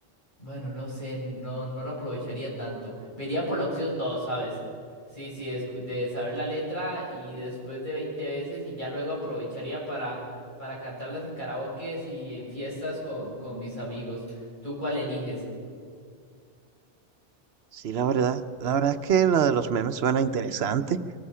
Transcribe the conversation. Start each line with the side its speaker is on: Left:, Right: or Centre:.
Left: bueno, no sé, no, no lo aprovecharía tanto. Me iría por la opción dos ¿sabes? Sí, sí, es de saber la letra y después de 20 veces y ya luego aprovecharía para, para cantarlas en karaokes y en fiestas con, con mis amigos. ¿Tú cuál eliges?
Right: Sí, la verdad, la verdad es que la de los memes suena interesante,